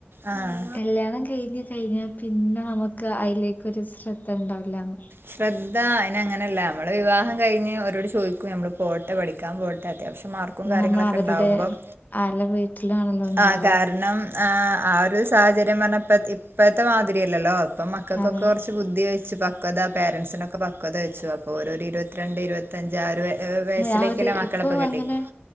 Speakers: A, on the right (about 65°); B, on the left (about 45°).
A: ആഹ്
B: കല്യാണം കഴിഞ്ഞു കഴിഞ്ഞ പിന്നെ നമുക്ക് അതിലേക്കൊരു ശ്രദ്ധ ത് ണ്ടാവില്ലന്ന്
A: ശ്രദ്ധ അയിന അങ്ങനെയല്ല നമ്മള് വിവാഹം കഴിഞ്ഞ് ഒരോട് ചോദിക്ക നമ്മള് പോട്ടെ പഠിക്കാൻ പോട്ടെ അത്യാവശ്യം മാർക്കും
B: ന്നാ
A: കാര്യങ്ങളൊക്കെ
B: നമ്മളവരുടെ
A: ഉണ്ടാവുമ്പം
B: ആളെ വീട്ട്ലാണല്ലൊണ്ടാവ
A: ആഹ് കാരണം ആഹ് ആ ഒരു സാഹചര്യം പറഞ്ഞപ്പ ഇപ്പഴത്തെ മാതിരിയല്ലല്ലോ ഇപ്പൊ മക്കക്കൊക്കെ
B: അതെ
A: കൊർച്ച് ബുദ്ധിവെ ച്ച് പക്വത പേരൻസിനൊക്കെ പക്വത വെച്ചു ഓരോരു ഇരുപത്തിരണ്ട് ഇരുപത്തഞ്ച് ആ ഒരു വയ- വയസ്സിലേക്കല്ലേ
B: ആ ഒരു
A: മക്കളെപ്പ
B: ഇപ്പൊ
A: കെട്ടിക്ക
B: അങ്ങനെ